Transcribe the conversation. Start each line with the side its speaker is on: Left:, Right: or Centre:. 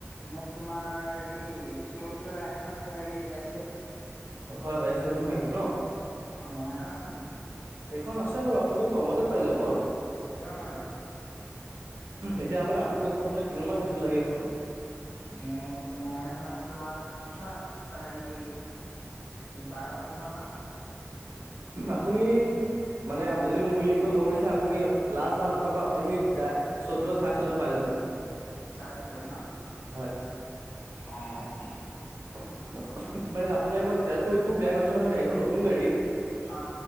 Left: মোক তোমাৰ হেৰি স্কপিঅ এনখন যে হেৰি এ
Right: হয় হয় আছিললী মুখ লাগিব ন
Left: অ সেইখন আছে নাই
Right: সেইখন আছে বাৰু আপুনি কমতে পাই যাব
Left: কিমান মানত আহিব
Right: এতিয়া মানে আপুনি কওকচোন আপোনাক কিমান মৰ ভিতৰত লাগে এইখন
Left: অ তোমাৰ সেইখন তোমাৰ তোমাৰ হেৰি বাৰ পোন্ধৰ মান
Right: আপুনি মানে যদি মোৰ লিংকত ল'ব বিচাৰে আপুনি লাষ্ট য আপোনালোকৰ আপুনিা চৈধ্য চাই চৈধ্য পাই যাব
Left: চাই চধ্যত ন
Right: হয়
Left: অ অ
Right: মানে আপোনাৰ ই তো একো বেয়া কণশ্যন নহয় গাড়ীখন নতুন গাড়ী
Left: হা